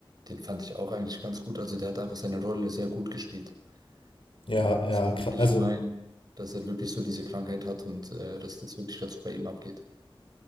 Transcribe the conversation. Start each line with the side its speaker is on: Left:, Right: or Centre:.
Right: den fand ich auch eigentlich ganz gut. Also der hat einfach seine Rolle sehr gut gespielt.
Left: Ja,
Right: Man kann
Left: ja,
Right: so wirklich
Left: kra- also
Right: meinen, dass er wirklich so diese Krankheit hat und äh, dass das wirklich dazu bei ihm abgeht.